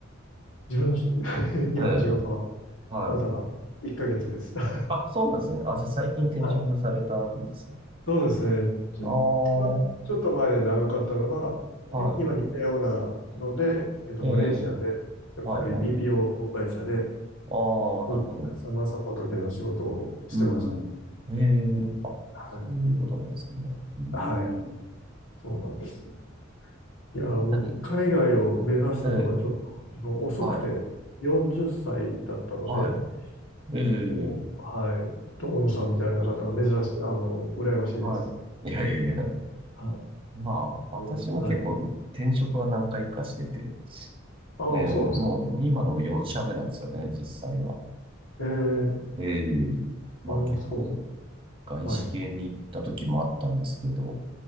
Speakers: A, on the left (about 80°); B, on the right (about 25°).
A: 自分のし <laughs> 今の仕事は、
B: ええはい。
A: まだ1ヶ月です。<laughs> は
B: あ、そうなんですね。あ、じゃあ最近転職されたんですね。
A: い。そうですね。ちょ、
B: ああ、
A: 一番ちょっと前で長かったのが、
B: は
A: い今似たようなので、
B: い。
A: えっと、
B: ええ、
A: マレーシアで、やっぱり
B: はい、はい。
A: BPO 会社で、
B: ああ、
A: こういうカスタマーサポート系の仕事をしてました。
B: なるほど。うんうん。ええ、
A: はい。
B: そういうことなんですね。うーん。
A: はい。そうなんです。いや、もう海外を目指したのがちょっと自分遅くて40歳だったので、
B: 何ええ、はい、はい。え
A: もう、
B: え、
A: はい、友野さんみたいな方が珍しい、あの、羨ましいです。
B: はい。いやいやいや。
A: は
B: まあ、
A: い。
B: 私も結構転職は何回かしてて、
A: うんはい。ああ、
B: ええ、
A: そうなんですか。
B: もう今のも4社目なんですよね、実際は。
A: ええ
B: ええ、まあ結構
A: ああ、そうです
B: 外資系に行った時もあったんですけど、
A: か。はい。